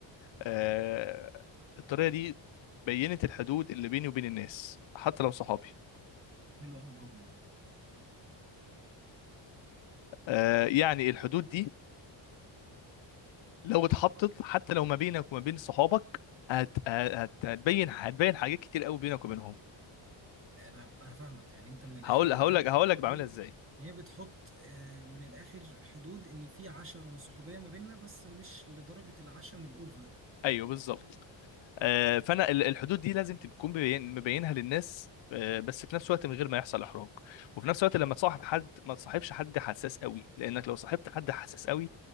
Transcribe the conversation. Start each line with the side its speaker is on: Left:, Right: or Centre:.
Left: آه... الطريقه دي بينت الحدود اللي بيني وبين الناس حتى لو صحابي
Right: حلوه قوي الجملة دي
Left: آه... يعني الحدود دي لو اتحطت حتى لو ما بينك وما بين صحابك هت... هت... هتبين هتبين حاجات كتير قوي بينك وبينهم
Right: انا انا فاهمك يعني انت من الاخر
Left: هقول هقول
Right: عايز
Left: لك هقول لك بعملها
Right: تقول
Left: ازاي
Right: إن هي بتحط آه، من الاخر حدود ان في عشم وصحوبية ما بيننا بس مش لدرجة العشم الاوفر ده
Left: ايوه بالظبط آه، فانا ال- الحدود دي لازم تكون مبين- مبينها للناس آه، بس في نفس الوقت من غير ما يحصل احراج وفي نفس الوقت لما تصاحب حد ما تصاحبش حد حساس قوي لانك لو صاحبت حد حساس قوي